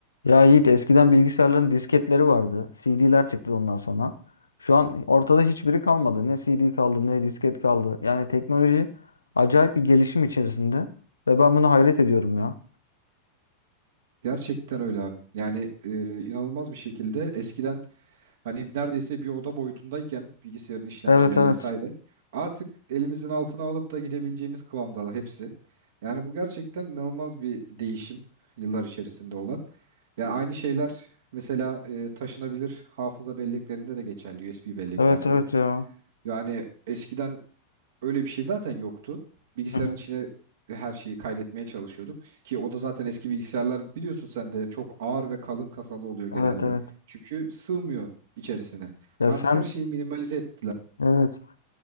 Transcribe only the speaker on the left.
Ya Yiğit eskiden bilgisayarların disketleri vardı. CD'ler çıktı ondan sonra. Şu an ortada hiçbiri kalmadı. Ne CD kaldı ne disket kaldı. Yani teknoloji acayip bir gelişim içerisinde ve ben buna hayret ediyorum ya.
Evet evet.
Evet evet ya.
Hı hı.
Evet evet.
Ya
sen
evet.